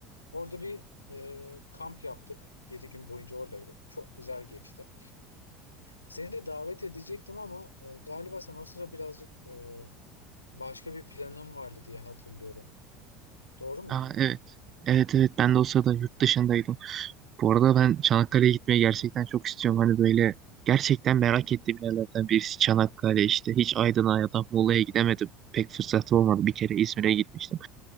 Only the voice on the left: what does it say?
Orada bir e, kamp yaptık. 7 gün boyunca oradaydık. Çok güzel geçti. Seni de davet edecektim ama e, galiba sen o sıra birazcık e, başka bir planın vardı diye hatırlıyorum. Doğru muydu?